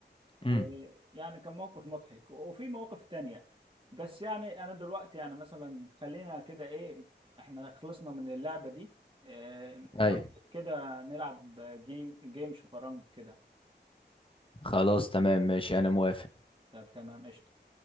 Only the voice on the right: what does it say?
ويعني
كان موقف مضحك وفي مواقف تانية بس يعني انا دلوقتي يعني مثلا خلينا كده ايه احنا خلصنا من اللعبة دي آه، ايه
رأيك كده نلعب جيم جيم شطرنج كده
طب تمام قشطة